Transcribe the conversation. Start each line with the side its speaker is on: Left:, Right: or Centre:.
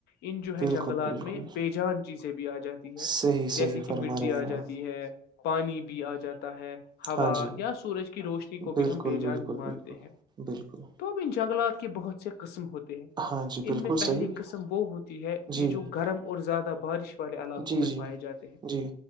Left: ان جو ہے
Right: بالکل
Left: جنگلات
Right: بالکل
Left: میں بےجان چیزیں بھی آ جاتی ہے
Right: صحیح
Left: جیسے
Right: صحیح
Left: کہ
Right: فرما
Left: مٹی
Right: رہے
Left: آ
Right: ہیں
Left: جاتی
Right: آپ
Left: ہے پانی بھی آ جاتا ہے ہوا
Right: ہاں جی
Left: یا سورج کی روشنی کو
Right: بالکل
Left: بھی ہم بے جان
Right: بالکل
Left: ہی مانتے
Right: بالکل
Left: ہیں
Right: بالکل
Left: تو اب ان جنگلات کے بہت سے قسم ہوتے ہیں
Right: ہاں جی بالکل
Left: ان میں پہلی
Right: صحیح
Left: قسم وہ ہوتی ہے
Right: جی
Left: یہ جو گرم اور زیادہ بارش والے علاقوں
Right: جی
Left: میں
Right: جی
Left: پائے جاتے ہیں
Right: جی